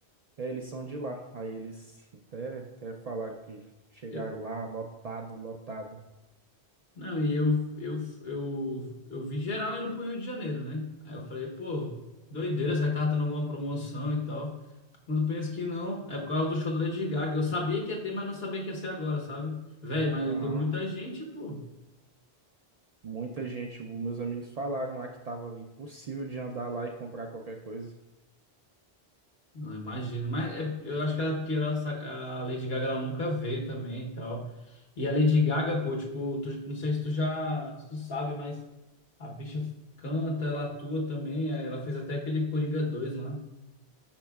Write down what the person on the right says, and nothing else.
é, eles são de lá. Aí eles até, até falaram que chegaram
lá lotado, lotado.
Aham.
Muita gente, os meus amigos falaram lá que tava impossível de andar lá e comprar qualquer coisa.